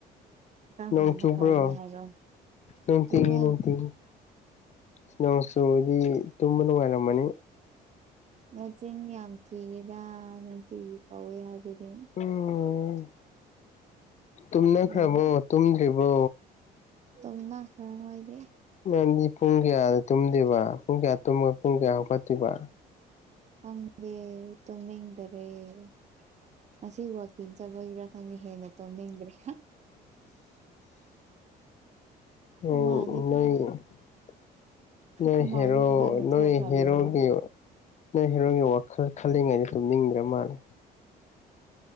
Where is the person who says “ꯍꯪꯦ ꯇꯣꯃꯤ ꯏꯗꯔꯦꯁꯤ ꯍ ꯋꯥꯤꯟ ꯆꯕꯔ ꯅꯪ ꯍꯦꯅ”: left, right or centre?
Right